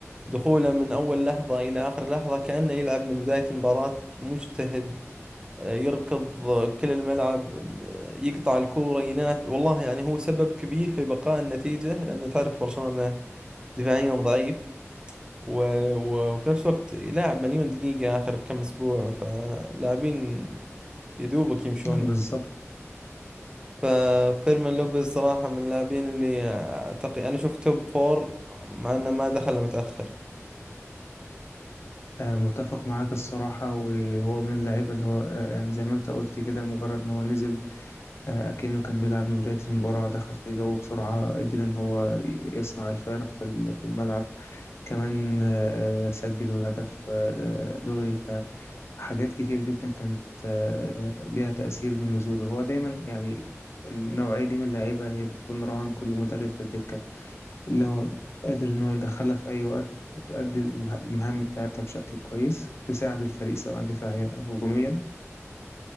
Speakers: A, on the right; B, on the left.
A: دخوله من اول لحظه الى اخر لحظه كانه يلعب من بدايه المباراه مجتهد آه، يركض آه، كل الملعب آه، يقطع الكوره ينافس والله يعني هو سبب كبير في بقاء النتيجه لان تعرف برشلونه دفاعيا ضعيف و... و... وفي نفس الوقت لاعب مليون دقيقة آخر كم أسبوع فلاعبين يدوبك يمشون
B: بالظبط
A: يعني. ففيرمين لوبيز صراحة من اللاعبين اللي أعتقد أنا شفت توب فور مع إنه ما دخل إلا متأخر
B: آه، متفق معاك الصراحة وهو من اللعيبة اللي هو آه، يعني زي ما انت قلت كده مجرد ما هو نزل آه، أكنه كان بيلعب من بداية المباراة دخل في الجو بسرعة قدر ان هو يصنع الفارق في ال- في الملعب كمان آه، آه، سجل والهدف آه، آه، لغي فحاجات كتير جدا كانت آه، آه، ليها تأثير من نزوله هو دايما يعني النوعية دي من اللعيبة هي بتكون رهان كل مدرب في الدكة اللي هو قادر إن هو يدخلها في أي وقت تؤدي اله- المهام بتاعتها بشكل كويس تساعد الفريق سواء دفاعيا أو هجوميا